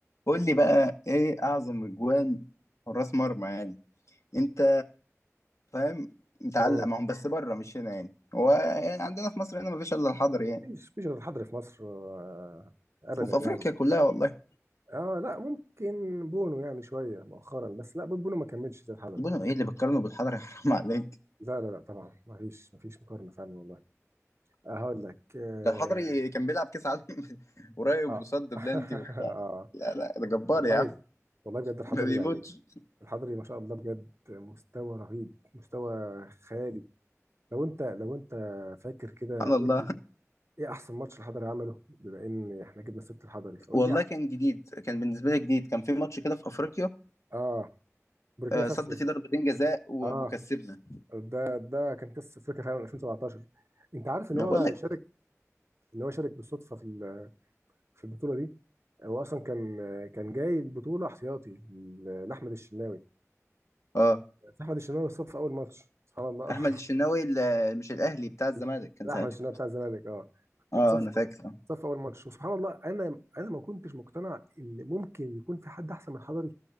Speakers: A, on the left; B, on the right.
A: قول لي بقى ايه اعظم اجوان حراس مرمى يعني انت فاهم متعلق
B: مم.
A: معاهم بس بره مش هنا يعني هو يعني عندنا في مصر هنا مفيش الا الحضري يعني
B: مفيش مفيش غير الحضري في مصر آه، ابدا
A: وفي
B: يعني
A: افريقيا كلها والله
B: اه لا ممكن بونو يعني شويه مؤخرا بس لا بونو ما كملش زي الحضري
A: بونو
B: طبعا
A: ايه اللي بتقارنه بالحضري <laughs> حرام عليك
B: لا لا لا طبعا مفيش مفيش مقارنه فعلا والله آه، هقول لك اه
A: ده الحضري كان بيلعب كاس عالم <laughs> قريب
B: آه.
A: وصد
B: <laughs>
A: بلانتي وبتاع
B: آه.
A: لا لا ده جبار
B: والله
A: يا عم
B: والله بجد الحضري
A: ما بيموتش
B: يعني الحضري ما شاء الله بجد مستوى رهيب مستوى خيالي لو انت لو انت فاكر كده
A: سبحان الله
B: قول لي ايه احسن ماتش الحضري عمله بما ان احنا جبنا ست الحضري فقول
A: والله
B: لي احسن
A: كان جديد كان بالنسبه لي جديد كان في ماتش كده في افريقيا
B: اه بوركينا
A: آه،
B: فاسو
A: صد فيه ضربتين جزاء و-
B: اه
A: وكسبنا
B: ده ده كان قصه افريقيا فعلا 2017 انت عارف
A: ما
B: ان هو
A: بقول لك
B: شارك ان هو شارك بالصدفه في ال- في البطوله دي هو اصلا كان كان جاي البطوله احتياطي ل- لاحمد الشناوي
A: اه
B: احمد الشناوي اتصاب في اول ماتش سبحان الله
A: احمد الشناوي ال- مش الاهلي بتاع الزمالك
B: <laughs>
A: كان
B: لا
A: ساعتها
B: احمد الشناوي بتاع الزمالك اه
A: اه
B: اتصاب
A: انا
B: في
A: فاكر آه.
B: اتصاب في اول ماتش وسبحان الله انا انا ما كنتش مقتنع ان ممكن يكون في حد احسن من حضري